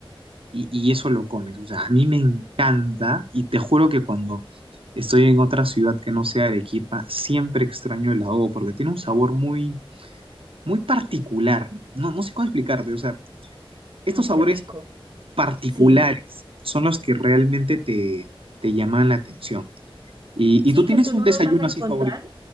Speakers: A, on the right; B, on the right.
A: y, y eso lo comes. O sea, a mí me encanta y te juro que cuando estoy en otra ciudad que no sea Arequipa, siempre extraño el adobo porque tiene un sabor muy, muy particular. No, no sé cómo explicarte. O sea, estos
B: Ay,
A: sabores
B: qué rico.
A: particulares
B: Sí.
A: son los que realmente te, te llaman la atención. Y,
B: Sí,
A: y tú tienes
B: que tú
A: un
B: no
A: desayuno
B: los vas a encontrar.
A: así favorito?